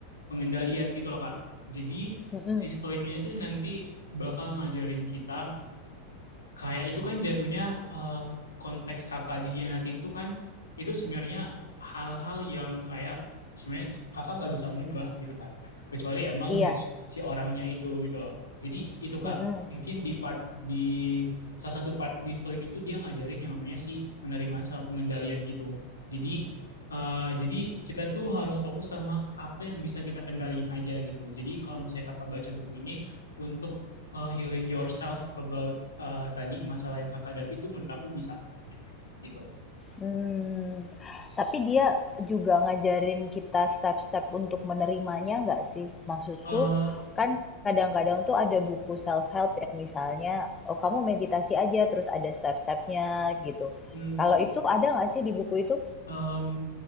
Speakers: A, on the left (about 75°); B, on the left (about 20°).
A: pengendalian gitu loh Kak. Jadi
B: Mm-mm.
A: si stoik ini tuh nanti bakal ngajarin kita kayak itu kan jatuhnya eh, konteks kakak dihianatin tuh kan itu sebenarnya hal-hal yang kayak sebenarnya kakak nggak bisa ngubah gitu kan kecuali emang
B: Iya.
A: dari si orangnya itu gitu loh jadi itu kak
B: Mm-mm.
A: mungkin di part di salah satu part di stoik itu dia ngajarin yang namanya si penerimaan sama pengendalian gitu jadi eh, jadi kita tuh harus fokus sama apa yang bisa kita kendaliin aja gitu jadi kalau misalnya kakak baca buku ini untuk uh, healing yourself about eh, tadi masalah yang kakak hadapi itu menurut aku bisa gitu.
B: Hmm. Tapi dia juga ngajarin kita step-step untuk menerimanya nggak sih? Maksudku
A: Eh,
B: kan kadang-kadang tuh ada buku self-help yang misalnya, oh kamu meditasi aja terus ada step-stepnya gitu.
A: hmm,
B: Kalau itu ada nggak sih di buku itu?
A: em,